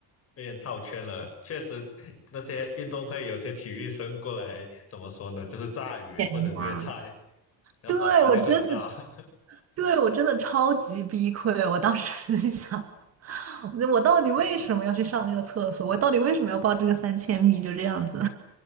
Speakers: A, on the left; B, on the right.
A: 被人套圈了，确实，那些运动会有些体育生过来，怎么说呢，就是炸鱼或者虐菜，
B: 呀，
A: 然后反差就很大。
B: 对，我真的，
A: <laughs>
B: 对，我真的超级崩溃。我当时就想，我到底为什么要去上那个厕所？我到底为什么要报这个三千米？就这样子。